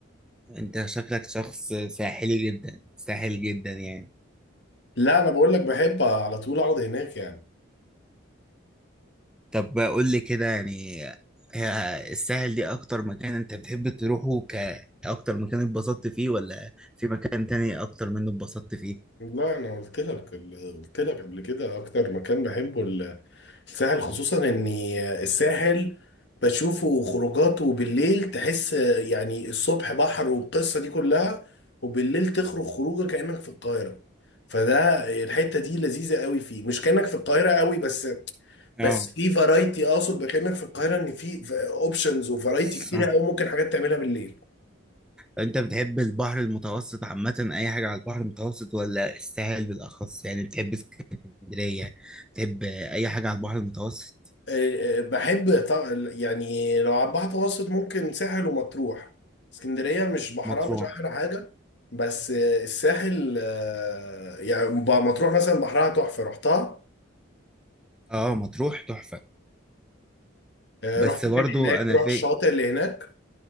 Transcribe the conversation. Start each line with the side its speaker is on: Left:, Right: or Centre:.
Centre: انت شكلك شخص ساحلي جدا ساحل جدا يعني
Left: لا انا بقول لك بحب على طول اقعد هناك يعني
Centre: طب قول لي كده يعني هي- الساحل دي اكتر مكان انت بتحب تروحه ك اكتر مكان اتبسطت فيه ولا في مكان تاني اكتر منه اتبسطت فيه
Left: لا انا قلت لك قلت لك قبل كده اكتر مكان بحبه ال- الساحل خصوصا ان الساحل بشوفه خروجاته بالليل تحس يعني الصبح بحر والقصة دي كلها وبالليل تخرج خروجه كأنك في القاهرة فده الحتة دي لذيذة قوي فيه مش كأنك في القاهرة قوي بس
Centre: اه
Left: بس في فرايتي اقصد كأنك في القاهرة ان في اوبشنز وفرايتي
Centre: صح
Left: كتيرة قوي ممكن حاجات تعملها بالليل
Centre: انت بتحب البحر المتوسط عامة اي حاجة على البحر المتوسط ولا الساحل بالاخص يعني بتحب اسكندرية بتحب اي حاجة على البحر المتوسط
Left: آه، آه، بحب طبعا يعني لو على البحر المتوسط ممكن ساحل ومطروح اسكندرية مش بحرها
Centre: مطروح
Left: مش أحلى حاجة بس آه، الساحل آه، يعني ب- مطروح مثلا بحرها تحفة رحتها
Centre: اه مطروح تحفة
Left: آه،
Centre: بس
Left: رحت
Centre: برضو
Left: فين هناك
Centre: انا
Left: رحت
Centre: في
Left: الشاطئ اللي هناك